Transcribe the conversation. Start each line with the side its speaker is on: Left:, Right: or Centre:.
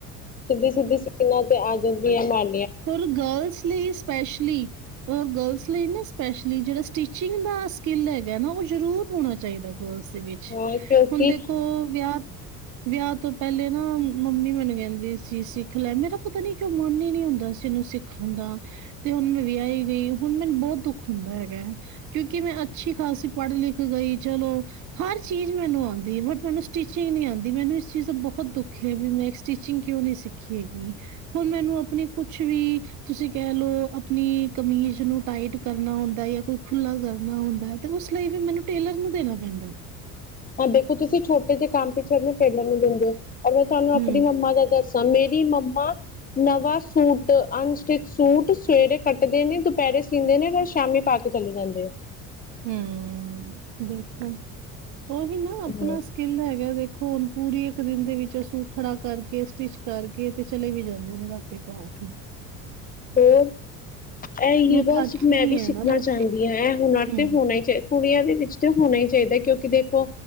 Left: ਸਿੱਧੀ-ਸਿੱਧੀ ਸੀਨਾ ਤੇ ਆ ਜਾਂਦੀ ਐ ਮਾਰ
Right: ਹੁਰ ਗਰਲਸ ਲਈ ਸਪੈਸ਼ਲੀ ਗਰਲਸ ਲਈ ਨਾ ਸਪੈਸ਼ਲੀ ਜੇੜਾ ਸਟਿਚਿੰਗ ਦਾ ਸਕਿੱਲ ਹੈਗਾ ਨਾ ਓ ਜਰੂਰ ਹੋਣਾ ਚਾਈਦਾ ਗਰਲਸ ਦੇ ਵਿੱਚ
Left: ਹਾਂ ਕਿਉਂਕਿ
Right: ਹੁਣ ਦੇਖੋ ਵਿਆਹ ਵਿਆਹ ਤੋਂ ਪਹਿਲੇ ਨਾ ਮੰਮੀ ਮੈਨੂੰ ਕੈਂਦੀ ਸੀ ਸਿੱਖ ਲੈ ਮੇਰਾ ਪਤਾ ਨੀ ਕਿਉਂ ਮਨ ਈ ਨੀ ਹੁੰਦਾ ਸੀ। ਕਿਸੇ ਨੂੰ ਸਿੱਖਣ ਦਾ ਤੇ ਹੁਣ ਮੈਂ ਵਿਆਈ ਗਈ ਹੁਣ ਮੈਨੂੰ ਬੋਤ ਦੁੱਖ ਹੁੰਦਾ ਹੈਗਾ ਕਿਉਂਕਿ ਮੈਂ ਅੱਛੀ ਖਾਸੀ ਪੜ੍ਹ ਲਿਖ ਗਈ ਚਲੋ ਹਰ ਚੀਜ਼ ਮੈਨੂੰ ਓਦੀ ਐ ਬਟ ਮੈਨੂੰ ਸਟੀਿਚਿੰਗ ਨੀ ਆਂਦੀ ਮੈਨੂੰ ਇਸ ਚੀਜ਼ ਦਾ ਬਹੁਤ ਦੁੱਖ ਐ ਵੀ ਮੈਂ ਸਟੀਿਚਿੰਗ ਕਿਉਂ ਨੀ ਸਿੱਖੀ ਹੈਗੀ ਹੁਣ ਮੈਨੂੰ ਆਪਣੀ ਕੁੱਛ ਵੀ ਤੁਸੀਂ ਕੈ ਲੋ ਆਪਣੀ ਕਮੀਜ਼ ਨੂੰ ਟਾਈਟ ਕਰਨਾ ਹੁੰਦਾ ਜਾਂ ਕੋਈ ਖੁੱਲਾ ਕਰਨਾ ਨਾ ਹੁੰਦਾ ਤੇ ਉਸ ਲਈ ਵੀ ਮੈਨੂੰ ਟੇਲਰ ਨੂੰ ਦੇਣਾ ਪੈਂਦਾ
Left: ਹਾਂ ਦੇਖੋ ਤੁਸੀਂ ਛੋਟੇ ਜੇ ਕੰਮ ਪਿੱਛੇ ਆਪਣੇ ਟੇਲਰ ਨੂੰ ਦਿੰਦੇ ਓ ਅਰ ਮੈਂ ਤੁਹਾਨੂੰ ਆਪਣੀ
Right: ਹੂੰ,
Left: ਮੰਮਾ ਦਾ ਦੱਸ ਦਾ ਮੇਰੀ ਮੰਮਾ ਨਵਾਂ ਸੂਟ ਅਨਸਟਿਚ ਸੂਟ ਸਵੇਰੇ ਕੱਟਦੇ ਨੇ ਦੁਪਹਿਰੇ ਸੀਂਦੇ ਨੇ ਨਾਲ ਸ਼ਾਮੀ ਪਾ ਕੇ ਚਲੇ ਜਾਂਦੇ ਆ।
Right: ਹੂੰ ਦੇਖੋ ਇਹੀ ਨਾ ਆਪਣਾ
Left: ਹਾਂ
Right: ਸਕਿੱਲ ਹੈਗਾ ਦੇਖੋ ਹੁਣ ਪੂਰੀ ਇੱਕ ਦਿਨ ਦੇ ਵਿੱਚ ਸੂਟ ਖੜਾ ਕਰਕੇ ਸਟਿਚ ਕਰਕੇ ਤੇ ਚਲੇ ਵੀ ਜਾਂਦੇ ਨੇ ਰਾਤੀ ਪਾ ਕੇ। <inaudible>
Left: ਹੋਰ ਇਹ
Right: ਮੁਥਾਜ
Left: ਯਵਾ
Right: ਹੀ
Left: ਮੈਂ
Right: ਨਹੀਂ
Left: ਵੀ
Right: ਹੈ
Left: ਸਿੱਖਣਾ
Right: ਨਾ ਬਸ
Left: ਚਾਹੁੰਦੀ ਹਾਂ ਇਹ ਹੁਨਰ
Right: ਹੂੰ
Left: ਤੇ ਹੋਣਾ ਹੀਾ ਕੁੜੀਆਂ ਦੇ ਵਿੱਚ ਤੇ ਹੋਣਾ ਹੀ ਚਾਹੀਦਾ ਕਿਉਂਕਿ ਦੇਖੋ